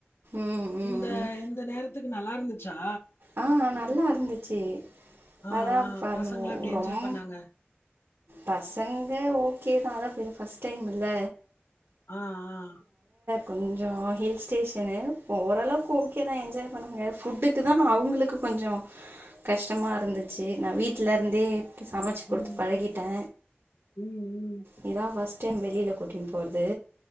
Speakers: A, on the right; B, on the left.
A: ம் ம்
B: இந்த
A: ம்
B: இந்த நேரத்துக்கு நல்லாருந்துச்சா
A: ஆ நல்லா இருந்துச்சு
B: ஆ ஆ
A: அதா பாத்தே அது
B: பசங்களாம் எப்படி என்ஜாய்
A: ரொம்
B: பண்ணாங்க
A: பசங்க ஓகே தா அதா இது ஃபஸ்ட் டைம்ல
B: ஆ ஆ
A: கொஞ்ச ஹில் ஸ்டேஷன்னு ஒரளவுக்கு ஓகேதா என்ஜாய் பண்ணுங்க ஃபுட்டுக் குதா அவங்களுக்கு கொஞ்ச கஷ்டமா இருந்துச்சு நா வீட்ல இருந்தே சமைச்சு குடுத்து
B: ம்
A: பழகிட்டே
B: ம் ம்
A: இதுதா ஃபஸ்ட் டைம் வெளியில கூட்டிட்டு போறது